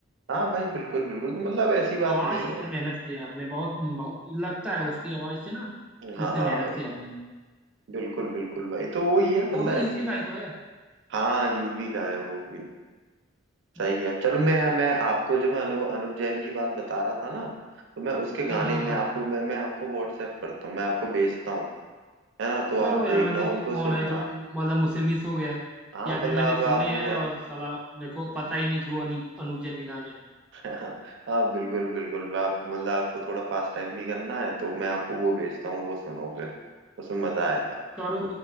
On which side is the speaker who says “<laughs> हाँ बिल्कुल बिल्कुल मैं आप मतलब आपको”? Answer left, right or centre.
Right